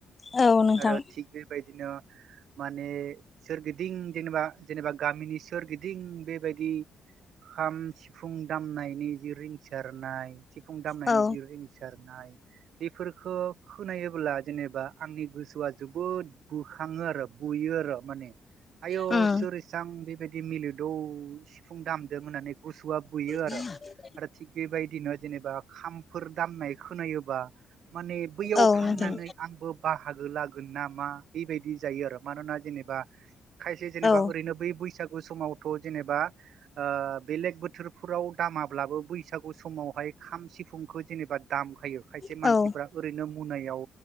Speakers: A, on the left; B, on the right.
A: औ नोंथां
B: आरो थिग बेबायदिनो माने सोरगिदिं जेनेबा जेनेबा गामिनि सोरगिदिं बेबायदि खाम सिफुं दामनायनि जि रिंसारनाय सिफुं दामनायनि
A: औ
B: जि रिंसारनाय बेफोरखौ खोनायोब्ला जेनेबा आंनि बुथुवआ जोबोद बोखाङो आरो बुयो आरो माने आयौ
A: उम
B: सोर इसां बेबायदि मिलोदौ सिफुं दामदों होननानै गुसुआ बुयो आरो
A: द <inaudible>
B: आरो थिग बेबायदिनो जेनेबा खामफोर दामनाय खोनायोबा माने बैयाव
A: औ
B: थांनानै
A: नोंथां
B: आंबो बाहागो लागौ मा बेबाय जायो आरो मानोना जेनेबा खायसे जबा
A: औ
B: ओैनो बे बैसागु समावथ' जेनेबाओ बेलेग बोथोरफोराव दामाब्लाबो बैसागु समाव फाय खाम सिफुंखौ जेनेबा दामखायो खायसे
A: औ
B: मानसिफोरा ओरैनो मुनायाव